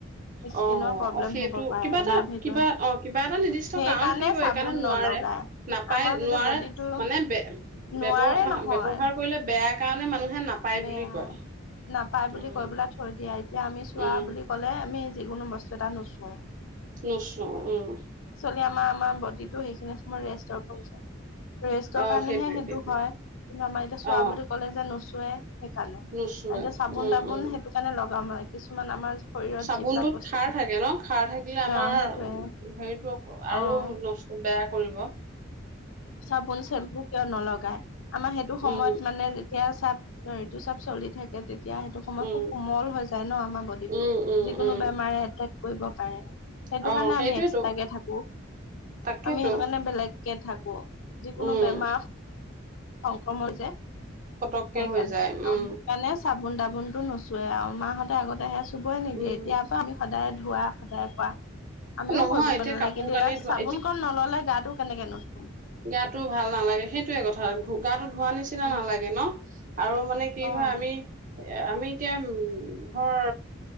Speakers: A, on the left; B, on the right.
A: স্কিনৰ
B: অ
A: প্ৰব্লেম
B: অ সেইটো
A: হ'ব পাৰে
B: কিবা এটা
A: বা ভিতৰি
B: কিবা অ কিবা এটা নিৰ্দিষ্ট
A: সেই
B: কাৰণ
A: কাৰণে
B: থাকিব
A: চাবোন
B: সেইকাৰণে নোৱাৰে
A: ন লগাই।
B: নাপায়
A: আমাৰ
B: নোৱাৰে
A: যেতিয়া বডিটো
B: মানে বে ব্যৱহাৰ
A: নোৱাৰে নহয়
B: ব্যৱহাৰ কৰিলে বেয়া কাৰণে মানুহে নাপায়
A: বেয়া,
B: বুলি কয়
A: নাপাই বুলি
B: উম
A: কৈ পেলাই থৈ দিয়া এতিয়া আমি চোৱা
B: উম
A: বুলি ক'লে আমি যিকোনো বস্তু এটা নুচো।
B: নুচো উম
A: আমাৰ, আমাৰ বডিটো সেইখিনি সময়ত ৰেষ্টৰ প্ৰয়োজন। ৰেষ্টৰ
B: অ
A: কাৰণেহে
B: সেইটোৱে
A: সেইটো
B: সেইটোৱে
A: হয় কিন্তু আমাৰ এতিয়া চোৱা
B: অ
A: বুলি ক'লে যে নোচোবে। সেইকাৰণে
B: নুচোৱে
A: আৰু এতিয়া চাবোন-তাবোন
B: উম উম
A: সেইটো কাৰণে লগাম আৰু কিছুমান আমাৰ শৰীৰত
B: চাবোনটোত
A: যিবিলাক বস্তু
B: খাৰ থাকে ন' খাৰ থাকিলে আমাৰ
A: অ সেইটোয়ে
B: হেৰিতটো আৰু
A: অ
B: নষ্ট বেয়া কৰিব <unintelligible>
A: চাবোন চেম্পু কিয় নলগাই আমাৰ সেইটো
B: উম
A: সময়ত মানে যেতিয়া এতিয়া চাপ, এইটো চাপ চলি থাকে তে এতিয়া সেইটো সময়ত
B: উম
A: খুব কোমল হৈ যায় ন আমাৰ বডিটো,
B: উম উম
A: যিকোনো
B: উম
A: বেমাৰে এটেক কৰিব পাৰে। সেইটো
B: অ
A: কাৰণে
B: সেইটোৱেতো
A: আমি এক্সট্ৰাকে থাকো
B: তাকেতো
A: আমি সেইটো কাৰণে বেলেগকে থাকো। যিকোনো
B: উম
A: বেমাৰ, সংক্ৰমণ যে
B: পতককে
A: সেইকাৰণে
B: হৈ যায়, উম।
A: আৰু সেইকাৰণে চাবোন চাবোন দাবোন টো নোচোৱেই আৰু মাহঁতে আগতে হেয়া চুবই নিদিয়ে
B: উম।
A: এতিয়াৰ পৰা আমি সদায় ধোৱা সদায় কোৱা আমিও
B: নহয়
A: কৰিব
B: এতিয়া
A: নালাগে
B: কাপোৰ
A: কিন্তু
B: কানি
A: এই
B: ধোৱা
A: চাবোন কন নল'লে গাটো কেনেকে ধুম।
B: গাতটো ভাল নালাগে, সেইটোয়ে কথা আৰু গাটো ধোৱা নিচিনা
A: উম
B: নালাগে ন' আৰু মানে কি
A: অ
B: হয় আমি এ আমি এতিয়া উম, ধৰ